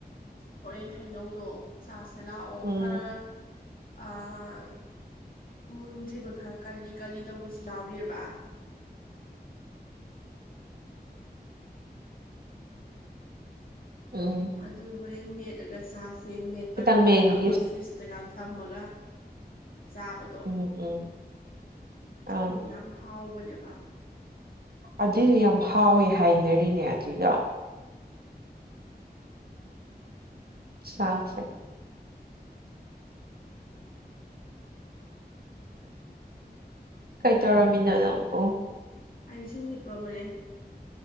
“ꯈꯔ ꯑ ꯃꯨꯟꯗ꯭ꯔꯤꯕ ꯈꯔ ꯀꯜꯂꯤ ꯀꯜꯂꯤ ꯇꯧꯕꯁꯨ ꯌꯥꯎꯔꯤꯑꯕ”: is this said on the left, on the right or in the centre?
Left